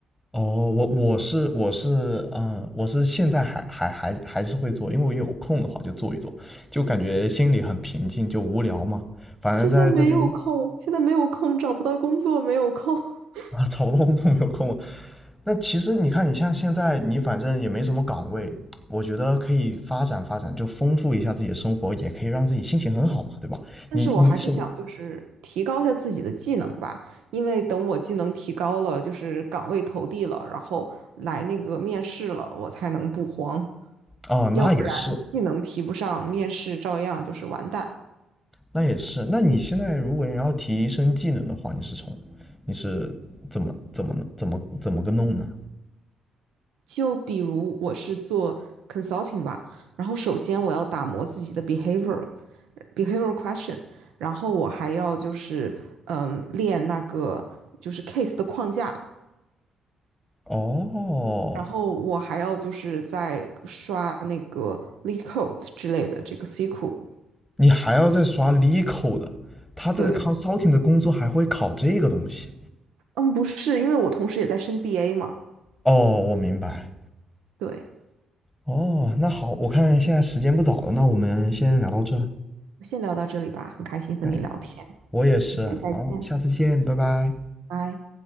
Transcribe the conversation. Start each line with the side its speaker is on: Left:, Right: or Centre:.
Centre: 哦，我我是我是嗯、呃我是现在还还还还是会做，因为我有空的话就做一做，就感觉心里很平静，就无聊嘛。反正在这边
Right: 现在没有空，现在没有空，找不到工作，没有空。<laughs>
Centre: 啊，找不到工作没有空嘛。那其实你看，你像现在你反正也没什么岗位，我觉得可以发展发展，就丰富一下自己的生活，也可以让自己心情很好嘛，对吧？
Right: 但是我还是想就是提高一下自己的技能吧，
Centre: 你你手
Right: 因为等我技能提高了，就是岗位投递了，然后来那个面试了，我才能不慌，
Centre: 啊，那也是，
Right: 要不然技能提不上，面试照样就是完蛋。
Centre: 那也是。那你现在如果你要提升技能的话，你是从你是怎么怎么怎么怎么个弄呢？
Right: 就比如我是做 consulting 吧，然后首先我要打磨自己的 behavior behavior question，然后我还要就是嗯练那个就是 case 的框架，
Centre: 哦，
Right: 然后我还要就是在刷那个 LeetCode 之类的这个 C q L
Centre: 你还要再刷 l e c o 的，他这个
Right: 对，
Centre: consulting 的工作还会考这个东西。
Right: 嗯，不是，因为我同时也在升 BA 嘛。
Centre: 哦，我明白。
Right: 对，
Centre: 哦，那好，我看现在时间不早了，那我们先聊到这。
Right: 先聊到这里吧，很开心和你聊天，
Centre: 对，我也是。
Right: 再见，
Centre: 好，下次见，拜拜。
Right: 拜。